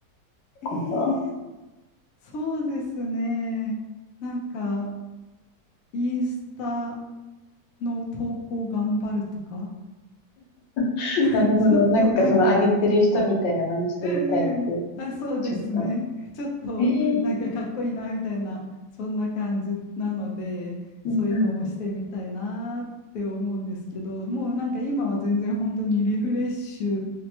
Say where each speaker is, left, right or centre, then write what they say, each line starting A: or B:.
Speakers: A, on the left (about 60°); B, on the left (about 85°).
A: えー
B: こと。
A: そうですね。なんか、インスタの投稿頑張るとか、
B: <laughs>
A: <laughs>
B: なるほど。
A: ちょっとなんか、
B: なんかその上げてる人みたいな真似してみたいって、
A: うんうん。あ、そうですね。
B: ちょっと。
A: ちょっとなんかかっこいいなみたいな、
B: ええ
A: そんな感じなので、
B: は
A: そういうのもしてみたいなって思うんですけど、
B: い、
A: もうなんか今は全然本当にリフレッシュ